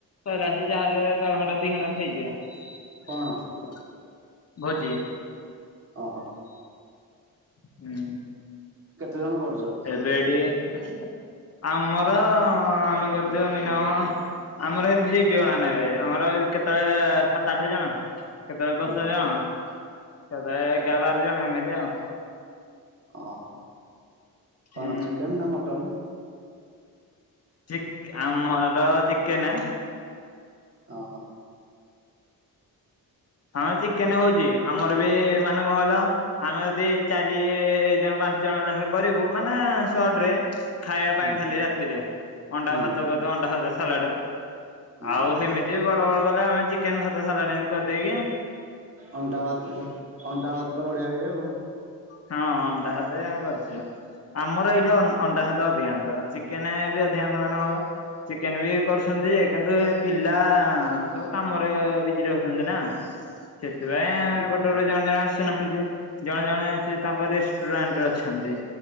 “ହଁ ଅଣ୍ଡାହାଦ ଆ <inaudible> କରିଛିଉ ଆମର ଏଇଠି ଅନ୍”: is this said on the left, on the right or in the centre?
Left